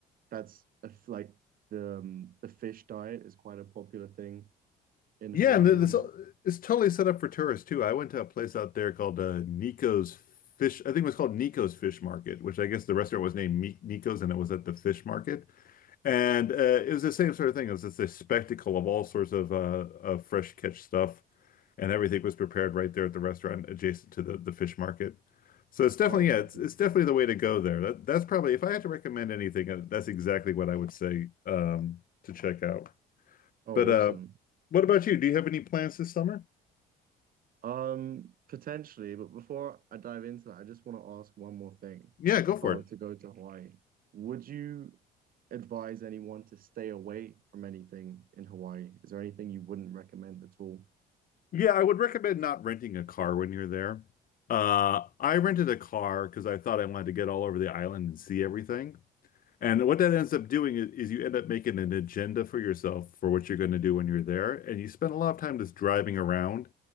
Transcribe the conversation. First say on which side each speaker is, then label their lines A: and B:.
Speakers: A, on the right (about 60°); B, on the left (about 55°).
A: that's if like the um, the fish diet is quite a popular thing in
B: Yeah,
A: Hawaii
B: and this
A: or not.
B: it's totally set up for tourists too. I went to a place out there called uh, Nico's Fish. I think it was called Nico's Fish Market, which I guess the restaurant was named Mi- Nico's, and it was at the fish market. And uh, it was the same sort of thing. It was just a spectacle of all sorts of uh, of fresh catch stuff, and everything was prepared right there at the restaurant adjacent to the, the fish market. So it's definitely
A: Oh, lovely.
B: yeah, it's, it's definitely the way to go there. That that's probably if I had to recommend anything, uh, that's exactly what I would say um, to check out.
A: Oh,
B: But uh,
A: awesome.
B: what about you? Do you have any plans this summer?
A: Um, potentially, but before I dive into that, I just want to ask one more thing.
B: Yeah, go
A: If
B: for
A: I
B: it.
A: were to go to Hawaii, would you advise anyone to stay away from anything in Hawaii? Is there anything you wouldn't recommend at all?
B: Yeah, I would recommend not renting a car when you're there. Uh, I rented a car because I thought I wanted to get all over the island and see everything. And what that ends up doing is, is you end up making an agenda for yourself for what you're going to do when you're there. And you spend a lot of time just driving around.